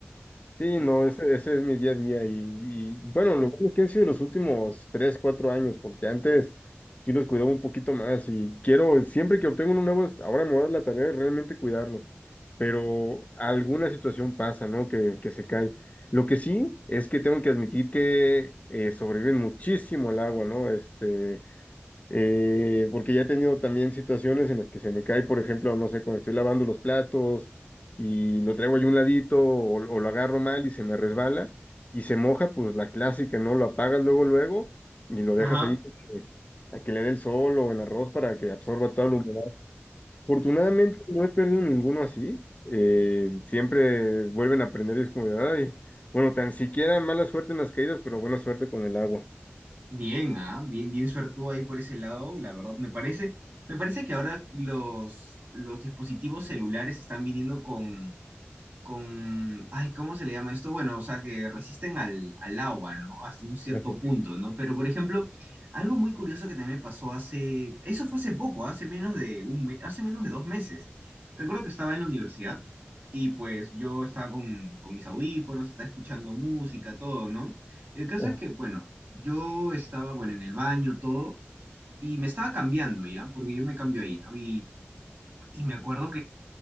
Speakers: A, on the left (about 35°); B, on the right (about 45°).
A: Sí,
B: Dije,
A: no, ese, ese es mi día a día y, y, bueno, lo bueno es que han sido los últimos tres, cuatro años, porque antes yo los cuidaba un poquito más y quiero, siempre que obtengo uno nuevo, es- ahora me voy a dar la tarea de realmente cuidarlo, pero alguna situación pasa, ¿no? Que, que se cae. Lo que sí es que tengo que admitir que eh, sobreviven muchísimo al agua, ¿no? Este, eh, porque ya he tenido también situaciones en las que se me cae, por ejemplo, no sé, cuando estoy lavando los platos y lo traigo ahí un ladito o, o lo agarro mal y se me resbala y se moja, pues la clásica, ¿no? Lo apagas luego, luego y lo
B: Ajá.
A: dejas ahí eh, a que le dé el sol o el arroz para que absorba toda la humedad. Afortunadamente no he perdido ninguno así. eh, siempre vuelven a aprender y es como de, ay, bueno, tan siquiera mala suerte en las caídas, pero buena suerte con el agua.
B: Bien, ah, bien, bien suertudo ahí por ese lado, la verdad me parece, me parece que ahora los, los dispositivos celulares están viniendo con, con, ay, ¿cómo se le llama esto? Bueno, o sea, que resisten al, al agua, ¿no? Hasta un cierto
A: Ujú.
B: punto, ¿no? Pero, por ejemplo, algo muy curioso que también me pasó hace, eso fue hace poco, hace menos de un me- hace menos de dos meses. Recuerdo que estaba en la universidad y pues yo estaba con, con mis audífonos, estaba escuchando música, todo, ¿no? El caso
A: Ujú.
B: es que, bueno, yo estaba, bueno, en el baño, todo, y me estaba cambiando ya, porque yo me cambio ahí, ¿no? Y, y me acuerdo